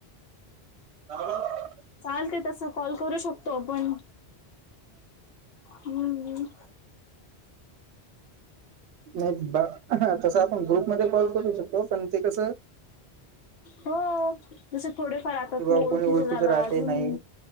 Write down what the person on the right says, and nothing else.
<inaudible>
नाही तसं आपण ग्रुपमध्ये कॉल करू शकतो पण ते कसं
किंवा
कोणी
राहते
नाही